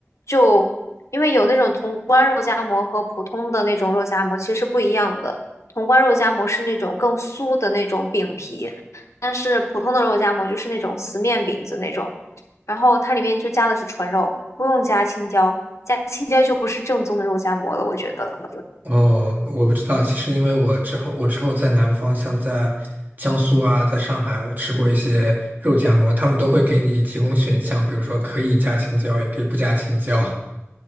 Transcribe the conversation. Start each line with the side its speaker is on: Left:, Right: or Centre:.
Left: 就因为有那种潼关肉夹馍和普通的那种肉夹馍其实是不一样的，潼关肉夹馍是那种更酥的那种饼皮，但是普通的肉夹馍就是那种死面饼子那种，然后它里面就加的是纯肉，不用加青椒，加青椒就不是正宗的肉夹馍了，我觉得。
Right: 哦，我不知道。其实因为我之后，我之后在南方，像在江苏啊，在上海吃过一些肉夹馍，他们都会给你提供选项，比如说可以加青椒，也可以不加青椒。